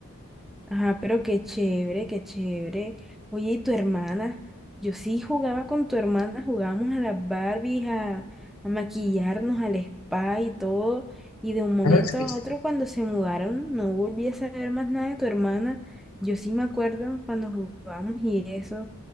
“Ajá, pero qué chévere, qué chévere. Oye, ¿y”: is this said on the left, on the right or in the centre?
Centre